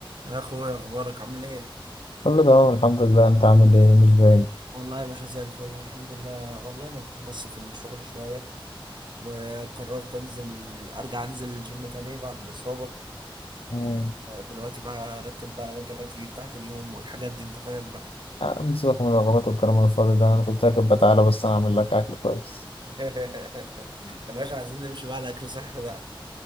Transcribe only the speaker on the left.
كله تمام الحمد لله انت عامل ايه مش باين
مم.
عم سيبك من الوجبات والكلام الفاضي ده انا شفتك كده تعالى بس انا اعمل لك اكل كويس